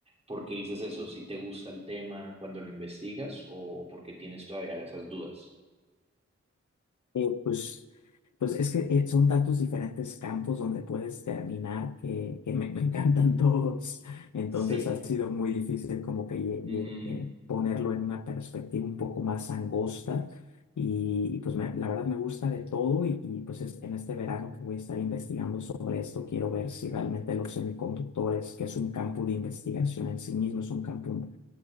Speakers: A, on the right; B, on the left.
A: ¿Por qué dices eso? ¿Si te gusta el tema cuando lo investigas o, o porque tienes todavía esas dudas?
B: Eh, pues Pues es que eh, son tantos diferentes campos donde puedes terminar que, que me, me encantan <laughs> todos. Entonces
A: Sí.
B: ha sido muy difícil como que lle-
A: Mm,
B: lle- eh, ponerlo en una perspectiva un poco más angosta. Y, y, pues me- la verdad me gusta de todo y, y, pues es- en este verano que voy a estar investigando sobre esto, quiero ver si realmente los semiconductores, que es un campo de investigación en sí mismo, es un campo